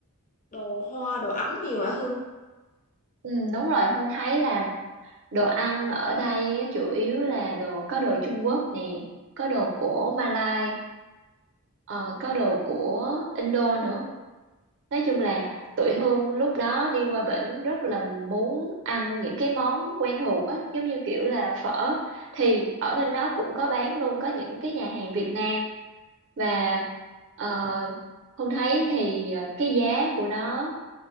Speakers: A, on the left; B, on the right.
A: đồ hoa, đồ Ấn nhiều hả Hương?
B: Ừ, đúng rồi, hôn thấy là đồ ăn ở đây á, chủ yếu là đồ có đồ Trung Quốc nè có đồ của Malai ờ, có đồ của Indo nữa nói chung là tụi Hương lúc đó đi qua bển rất là muốn ăn những cái món quen thuộc á giống như kiểu là phở thì ở bên đó cũng có bán luôn có những cái nhà hàng Việt Nam và ờ, Hương thấy thì ờ, cái giá của nó